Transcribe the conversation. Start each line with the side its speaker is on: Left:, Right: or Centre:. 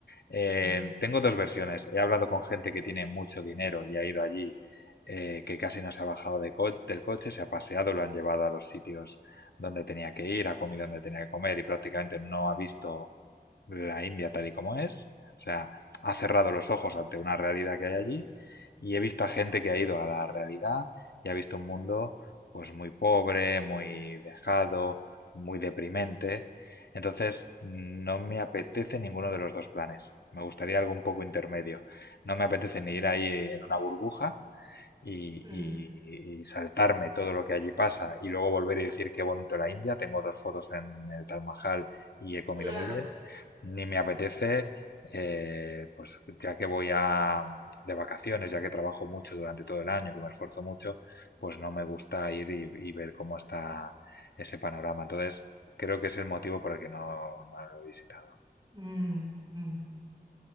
Left: Eh,
Right: mm.
Left: tengo dos versiones, he hablado con gente que tiene mucho dinero y ha ido allí, eh, que casi no se ha bajado de co- del coche, se ha paseado, lo han llevado a los sitios donde tenía que ir, ha comido donde tenía que comer y prácticamente no ha visto la India tal y como es, o sea, ha cerrado los ojos ante una realidad que hay allí y he visto a gente que ha ido a la realidad y ha visto un mundo pues muy pobre, muy dejado, muy deprimente. Entonces, no me apetece ninguno de los dos planes. Me gustaría algo un poco intermedio. No me apetece ni ir ahí en una burbuja, y,
Right: Mm,
Left: y- y saltarme todo lo que allí pasa y luego volver y decir qué bonito la India. Tengo dos fotos en el Taj Mahal y he comido
Right: claro.
Left: muy bien. Ni me apetece, eh, pues ya que voy a de vacaciones, ya que trabajo mucho durante todo el año, que me esfuerzo mucho, pues no me gusta ir y, y ver cómo está ese panorama. Entonces, creo que es el motivo por el que no, no lo he visitado.
Right: Mm, mm.